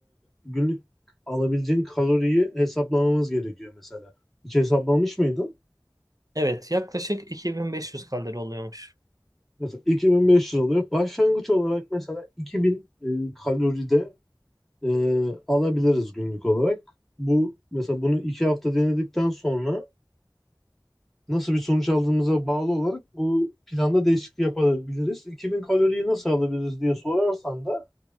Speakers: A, in the centre; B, on the right.
A: günlük alabileceğin kaloriyi hesaplamamız gerekiyor mesela. Hiç hesaplamış mıydın?
B: Evet, yaklaşık 2500 kalori oluyormuş.
A: Mesela 2500 oluyor. Başlangıç olarak mesela 2000 e, kaloride e, alabiliriz günlük olarak. Bu mesela bunu iki hafta denedikten sonra nasıl bir sonuç aldığımıza bağlı olarak bu planda değişiklik yapabiliriz. 2000 kaloriyi nasıl alabiliriz diye sorarsan da